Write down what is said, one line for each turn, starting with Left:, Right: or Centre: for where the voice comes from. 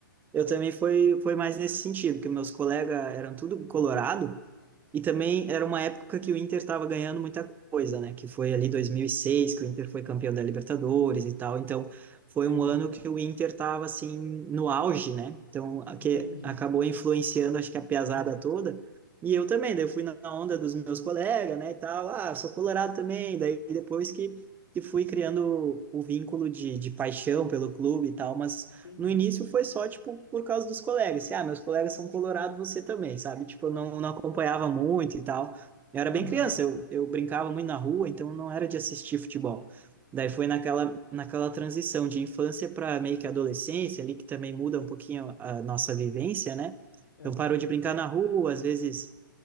Right: eu também foi, foi mais nesse sentido, que meus colegas eram tudo colorado, E também era uma época que o Inter estava ganhando muita coisa, né? Que foi ali 2006, que o Inter foi campeão da Libertadores e tal. Então, foi
Left: Aham,
Right: um ano que o Inter estava, assim, no auge, né? Então, a-
Left: entendi,
Right: que acabou influenciando, acho que a piazada toda. E eu também, daí eu fui na onda dos meus colegas, né? E tal, ah, sou colorado também. Daí, depois que, que fui criando o vínculo de, de paixão pelo clube e tal, mas
Left: entendi.
Right: no início foi só, tipo, por causa dos colegas. Assim, ah, meus colegas são colorados você também, sabe? Tipo, eu não, não acompanhava muito e tal. Eu era
Left: Aham,
Right: bem criança, eu, eu brincava muito na rua, então não era de assistir futebol. Daí foi naquela, naquela transição de infância para meio que adolescência, ali que também muda um pouquinho a nossa vivência, né?
Left: aham,
Right: Então parou de brincar na rua, às vezes